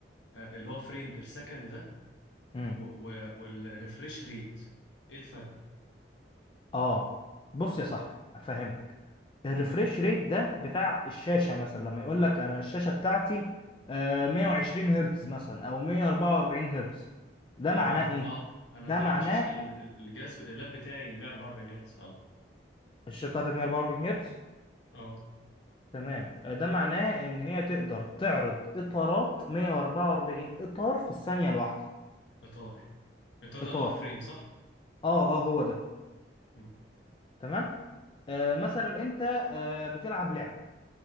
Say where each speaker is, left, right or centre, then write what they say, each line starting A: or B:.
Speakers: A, on the left; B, on the left.
A: اللي هو فريم بير سكند ده
B: امم
A: والريفريش ريت ايه الفرق
B: اه بص يا صاحبي افهمك الريفريش
A: مم.
B: ريت ده بتاع الشاشه مثلا لما يقول لك انا الشاشه بتاعتي آه، 120 هرتز مثلا او 144 هرتز ده معناه
A: تمام
B: ايه
A: اه انا
B: ده
A: تقريبا
B: معناه
A: شاشة ال- ال- الجهاز اللاب بتاعي 144 هرتز اه
B: الشاشه بتاعتك 144 هرتز
A: اه
B: تمام آه، ده معناه ان هي تقدر تعرض اطارات 144 اطار في الثانيه الواحده
A: اطار الاطار
B: اطار
A: ده اللي هو فريم صح
B: اه اه هو ده
A: مم.
B: تمام آه مثلا انت آه بتلعب لعبه